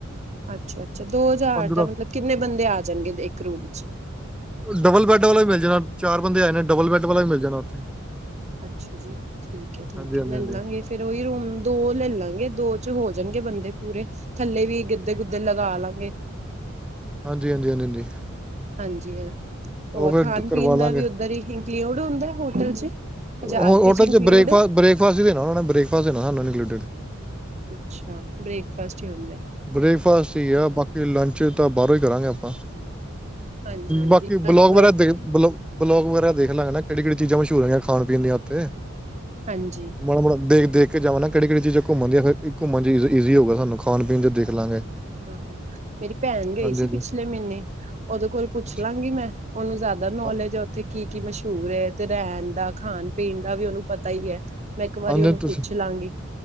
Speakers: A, on the right (about 35°); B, in the centre.
A: ਅੱਛਾ ਅੱਛਾ ਦੋ ਹਜ਼ਾਰ
B: ਪੰਦਰਾਂ
A: ਦਾ ਮਤਲਬ ਕਿੰਨੇ ਬੰਦੇ ਆ ਜਾਣਗੇ ਇੱਕ ਰੂਮ ਚ।
B: ਡਬਲ ਬੈੱਡ ਵਾਲਾ ਵੀ ਮਿਲ ਜਾਣਾ ਚਾਰ ਬੰਦੇ ਆ ਜਾਣੇ ਡਬਲ ਬੈੱਡ ਵਾਲਾ ਵੀ ਮਿਲ ਜਾਣਾ ਉੱਥੇ।
A: ਅੱਛਾ ਜੀ ਠੀਕ ਹੈ ਠੀਕ
B: ਹਾਂਜੀ ਹਾਂਜੀ
A: ਹੈ ਲੈ
B: ਹਾਂਜੀ
A: ਲਾਂਗੇ ਫੇਰ ਉਹੀ ਰੂਮ ਦੋ ਲੈ ਲਾਂਗੇ ਦੋ ਚ ਹੋ ਜਾਣਗੇ। ਬੰਦੇ ਪੂਰੇ ਥੱਲੇ ਵੀ ਗੱਦੇ ਗੁਦੇ ਲਗਾ ਲਾਂਗੇ।
B: ਹਾਂਜੀ ਹਾਂਜੀ ਹਾਂਜੀ ਹਾਂਜੀ।
A: ਹਾਂਜੀ ਹਾਂ
B: ਉਹ
A: ਹੋਰ
B: ਫਿਰ
A: ਖਾਣ
B: ਕਰਵਾ
A: ਪੀਣ
B: ਲਾਂਗੇ
A: ਦਾ ਵੀ ਉੱਧਰ ਹੀ ਇੰਕਲਊਡ ਹੁੰਦਾ ਹੋਟਲ ਚ। ਹਜ਼ਾਰ
B: ਹੋ
A: ਰੁਪਏ
B: ਹੋਟਲ
A: 'ਚ ਇੰਕਲੂਡ
B: ' ਬ੍ਰੇਕਫਾਸਟ
A: ਏ।
B: ਬ੍ਰੇਕਫਾਸਟ ਹੀ ਦੇਣਾ ਉਹਨਾਂ ਨੇ ਬ੍ਰੇਕਫਾਸਟ ਦੇਣਾ ਸਾਨੂੰ ਇਨਕਲੂਡਿਡ।
A: ਅੱਛਾ ਬ੍ਰੇਕਫਾਸਟ ਹੀ। ਹੁੰਦਾ।
B: ਬ੍ਰੇਕਫਾਸਟ ਹੀ ਆ ਬਾਕੀ ਲੰਚ ਤਾਂ ਬਾਹਰੋਂ ਹੀ ਕਰਾਂਗੇ ਆਪਾਂ।
A: ਹਾਂਜੀ-ਹਾਂਜੀ
B: ਬਾਕੀ ਬਲੋਗ
A: ਲੰਚ
B: ਵਗੈਰਾ ਦੇਖਲੋ ਬਲੋਗ ਵਗੈਰਾ ਦੇਖ ਲਾਂਗੇ ਨਾ ਕਿਹੜੀ ਕਿਹੜੀ ਚੀਜ਼ਾਂ। ਝੂਰੀਆਂ ਖਾਣ ਪੀਣ ਦੀ ਉਥੇ
A: ਹਾਂਜੀ।
B: ਮਾੜਾ ਮੁੜਾ ਦੇਖ ਦੇਖ ਕੇ ਜਾਵਾਂ ਨਾ ਕਿਹੜੀ ਕਿਹੜੀ ਚੀਜ਼ਾਂ ਘੁੰਮਣ ਦੀਆਂ ਫਿਰ। ਘੁੰਮਣ ਚ ਇਜ਼ੀ ਹੋਊਗਾ ਸਾਨੂੰ ਖਾਣ ਪੀਣ ਚ ਦੇਖ ਲਾਂਗੇ।
A: ਹਾਂ ਮੇਰੀ ਭੈਣ ਗਈ
B: ਹਾਂਜੀ
A: ਸੀ
B: ਹਾਂਜੀ
A: ਪਿਛਲੇ ਮਹੀਨੇ ਉਹਦੇ ਕੋਲ ਪੁੱਛ
B: ਅੱਛਾ
A: ਲਾਂਗੀ ਮੈਂ ਉਹਨੂੰ ਜ਼ਿਆਦਾ। ਨੌਲੇਜ
B: ਹਾਂ-
A: ਹੈ ਉੱਥੇ ਕੀ ਕੀ ਮਸ਼ਹੂਰ ਹੈ ਤੇ ਰਹਿਣ ਦਾ ਖਾਣ ਪੀਣ ਦਾ ਵੀ ਉਹਨੂੰ ਪਤਾ ਹੀ ਹੈ। ਮੈਂ ਇੱਕ ਵਾਰੀ
B: ਹ
A: ਉਹਨੂੰ
B: ਤੁਸੀਂ
A: ਪੁੱਛ ਲਾਂਗੀ